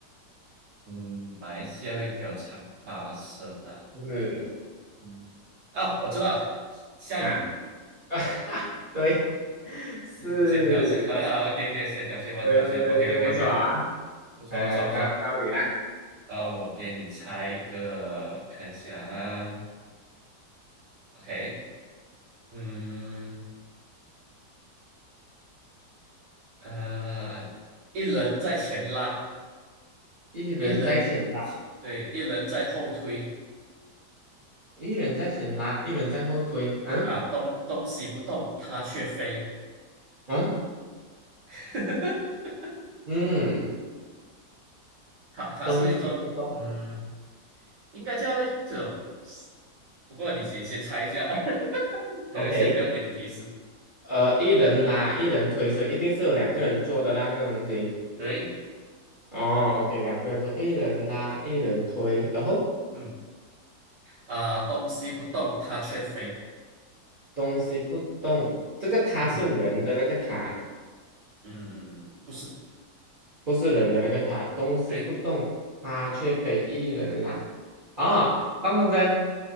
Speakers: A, on the right; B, on the right.
A: 嗯，马来西亚会比较常发生的、
B: 是。
A: 嗯，啊，我知道了下雨。
B: 啊，<laughs> 对，
A: <laughs>
B: 是，
A: 嗯千条线很好，OK OK，千条线万条线，OK
B: 对不对？对不错啊，
A: OK OK，不错不错不错。
B: 来来到到你啦，
A: 呃，我给你猜一个，看一下啊，OK，嗯呃，一人在前拉，
B: 一人在前拉，
A: 一人对，一人在后推
B: 一人在前拉，一人在后推，嗯
A: 啊，东东西不动，它却飞，
B: 嗯
A: <laughs>
B: 嗯，
A: 它它是一种嗯，
B: 东西不动
A: 应该叫一种，不过你先先猜一下，<laughs>
B: ，OK，
A: 可能先不要给你提示，
B: 呃，一人拉，一人推，所以一定是有两个人做的啦，这个东西，
A: 对，
B: 哦，OK，两个人做，一人拉，一人推，然后
A: 嗯。啊、东西不动它却飞。
B: 东西不动，这个它是人的那个它。
A: 嗯嗯，不是，
B: 不是人的那个塔，东西不动，
A: 对，
B: 它却非一人啦。哦，放风筝，